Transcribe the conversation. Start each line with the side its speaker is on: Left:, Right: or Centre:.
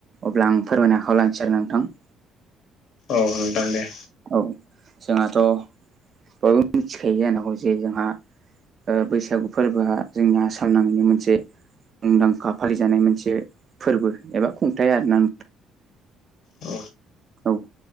Right: अब्ला आं फोरमायनाखौ लानोसै आरो नोंथां।
Left: औ नोंथां दे।
Right: औ जोंहाथ' बयबो मिथिखायो जानांगौ जे जोंहा बैसागु फोरबोआ जोंनि आसाम नाङैनो मोनसे मुंदांखा फालिजानाय मोनसे फोरबो एबा खुंथाय आर ना।
Left: औ
Right: औ